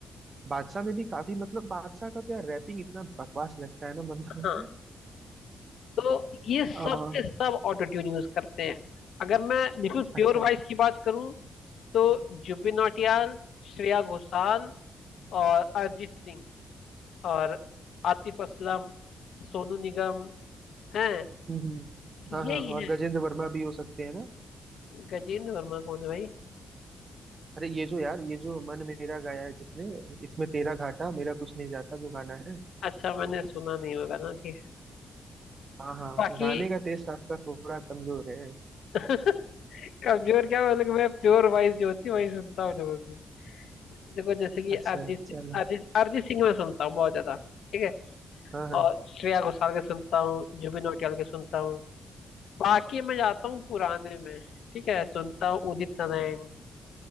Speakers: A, on the right (about 45°); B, on the left (about 70°).
A: बादशाह में भी काफी मतलब बादशाह का तो यार रैपिंग इतना बकवास लगता है ना मतलब
B: हाँ तो ये सब
A: आ,
B: के सब ऑटो ट्यून यूज करते हैं अगर मैं बिल्कुल प्योर
A: अच्छा
B: वॉइस की बात करूं तो जुबिन नौटियाल श्रेया घोषाल और अरिजीत सिंह और आतिफ असलम सोनू निगम हैं
A: हम्म हम्म, हाँ
B: यही
A: हाँ और
B: है
A: गजेंद्र वर्मा भी हो सकते हैं ना
B: गजेंद्र वर्मा कौन है भाई
A: अरे ये जो यार ये जो मन मेरा गाया है जिसने इसमें तेरा घाटा मेरा कुछ नहीं जाता जो गाना है
B: अच्छा मैंने सुना नहीं होगा ना ठीक है
A: हाँ हाँ
B: बाकी
A: गाने का टेस्ट आपका थोड़ा कमजोर है
B: <laughs> कमजोर क्या मतलब मैं प्योर वॉइस जो होती है वही सुनता हूँ लोगों की देखो जैसे कि
A: अच्छा
B: अरिजीत सिंह-
A: चलो
B: अरिजीत अरिजीत सिंह मैं सुनता हूँ बहुत ज्यादा ठीक है
A: हाँ हाँ
B: और श्रेया घोषाल के सुनता हूँ जुबिन नौटियाल के सुनता हूँ बाकी मैं जाता हूँ पुराने में ठीक है सुनता हूँ उदित नारायण